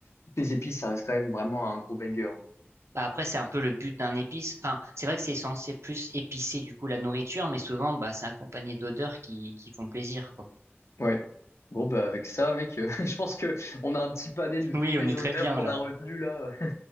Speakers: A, on the left (about 80°); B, on the right (about 80°).
A: toutes les épices, ça reste quand même vraiment un gros banger. hein.
B: Bah, après, c'est un peu le but d'un épice. Enfin, c'est vrai que c'est censé plus épicer, du coup, la nourriture, mais souvent, bah, c'est accompagné d'odeurs qui, qui font plaisir, quoi.
A: Ouais. Bon, bah, avec ça, mec, euh, <laughs> je pense que on a un petit panel
B: <laughs>
A: de
B: Oui,
A: toutes les
B: on est
A: odeurs
B: très bien,
A: qu'on
B: là.
A: a retenues, là. euh,